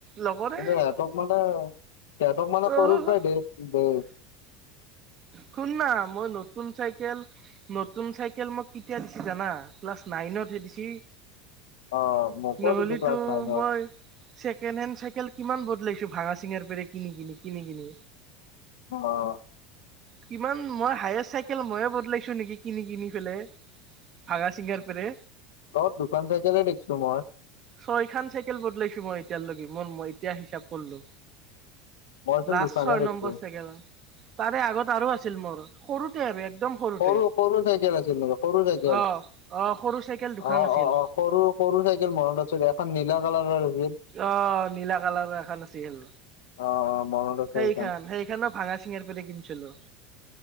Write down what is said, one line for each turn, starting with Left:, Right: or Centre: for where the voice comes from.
Right: লগৰে
Left: কিন্তু সিহঁতক মানে সিহঁতক মানে সৰুৰ
Right: অ',
Left: পাই দে দেই।
Right: শুননা মই নতুন চাইকেল নতুন চাইকেল মই কেতিয়া দিছি জানা ক্লাছ নাইনতহে দিছি।
Left: অ মোকো
Right: নহ'লিতো
Left: দিছো ক্লাছ নাইনত
Right: মই ছেকেণ্ড হেণ্ড চাইকেল কিমান বদলাইছো ভাঙা চিঙাৰ পেৰে কিনি-কিনি-কিনি-কিনি।
Left: অ',
Right: কিমান মই হায়েষ্ট চাইকেল মইয়ে বদলাইছো নেকি কিনি-কিনি পেলে? ভাঙা চিঙা পেৰে।
Left: তত দোখান চাইকেলে দেখছো মই।
Right: ছয় খান চাইকেল বদলাইছো মই এতিয়ালৈকে মই-মই এতিয়া হিচাপ কললো।
Left: মইচোন
Right: লাষ্ট
Left: দুখনহে
Right: ছয়
Left: দেখিছো
Right: নম্বৰ চাইকেল তাৰে আগত আৰু আছিল মোৰ সৰুতে আৰু একদম সৰুতে
Left: সৰু-সৰু চাইকেল আছিল নে সৰু চাইকেল
Right: অ
Left: অ,
Right: সৰু চাইকেল দুখন
Left: অ, অ,
Right: আছিল
Left: সৰু-সৰু চাইকেল মনত আছে এখন নীলা কালাৰৰ আছিল।
Right: অ, নীলা কালাৰৰ এখন আছিল
Left: অ অ মনত
Right: সেইখান
Left: আছে
Right: সেই সেইখনো ভাঙা চিঙা পৰাই কিনিছিলোঁ।